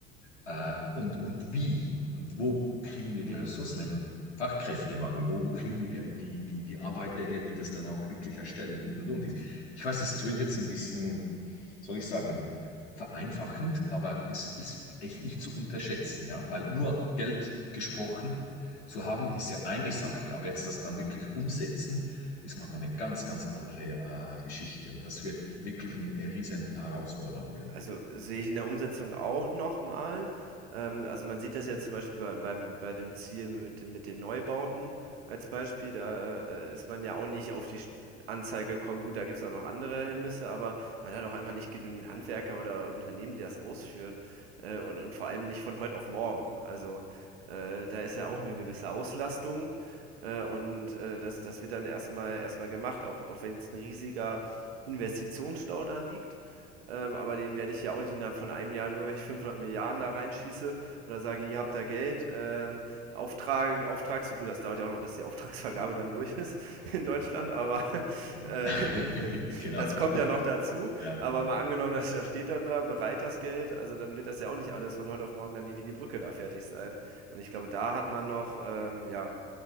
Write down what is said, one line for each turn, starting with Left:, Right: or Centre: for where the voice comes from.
Left: Äh, und, und wie und wo kriegen wir
Right: hm.
Left: die Ressourcen im Fachkräftemangel? Wo, wo kriegen wir die, die, die, die Arbeiter her, die das dann auch wirklich erstellen und und und. Ich, ich weiß, es tönt jetzt ein bisschen, soll ich sagen, vereinfachend, aber es ist echt nicht zu unterschätzen, ja, weil nur Geld gesprochen zu haben ist ja eine Sache, aber jetzt das dann wirklich umsetzen ist nochmal eine ganz, ganz andere äh, Geschichte und das wird wirklich eine riesen Herausforderung werden.
Right: Also, sehe ich in der Umsetzung auch nochmal. Ähm, also, man sieht das ja zum Beispiel bei beim bei dem Ziel mit mit den Neubauten als Beispiel. Da, äh, ist man ja auch nicht auf die St Anzeige gekommen. Gut, da gibt es auch noch andere Hemmnisse, aber man hat auch einfach nicht genügend Handwerker oder Unternehmen, die das ausführen, äh, und und vor allem nicht von heute auf morgen. Also, äh, da ist ja auch eine gewisse Auslastung, äh, und, äh, das das wird dann erstmal erstmal gemacht, auch auch wenn jetzt ein riesiger Investitionsstau da liegt. Ähm, aber den werde ich ja auch nicht innerhalb von einem Jahr, nur wenn ich 500 Milliarden da reinschieße oder sage, ihr habt da Geld, ähm, Auftrag, Auftrag, so gut, das dauert ja auch noch, bis die Auftragsvergabe dann durch ist <laughs> in Deutschland, aber <laughs>
Left: <laughs>
Right: äh,
Left: genau,
Right: das kommt ja noch dazu.
Left: ja.
Right: Aber mal angenommen, dass da steht dann da, bereit das Geld, also dann wird das ja auch nicht alles von heute auf morgen dann irgendwie die Brücke da fertig sein. Und ich glaube, da hat man noch, ähm, ja,